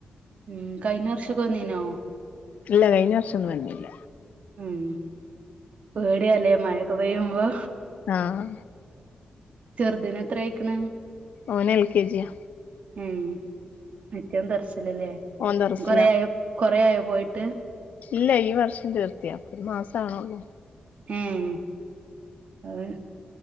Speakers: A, on the right; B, on the left.
A: ഉം കഴിഞ്ഞ വർഷക്കെ വന്നിനോ
B: ഇല്ല കഴിഞ്ഞ വർഷം ഒന്നും വന്നില്ല
A: ഉം പേടിയല്ലേ മഴൊക്കെ പെയ്യുമ്പോ
B: ആഹ്
A: ചെറുതിന് എത്ര ആയിക്കണ്
B: ഓന് എൽ കെ ജിയാ
A: ഉം മറ്റവും തെറച്ചിലല്ലേ
B: ഓൻ ദർസിലാ
A: കൊറെയായൊ കൊറെ ആയോ പോയിട്ട്
B: ഇല്ല ഈ വർഷം ചീർത്തിയാ അപ്പൊ ഒരു മാസാവണൊള്ളു
A: ഉം അതെ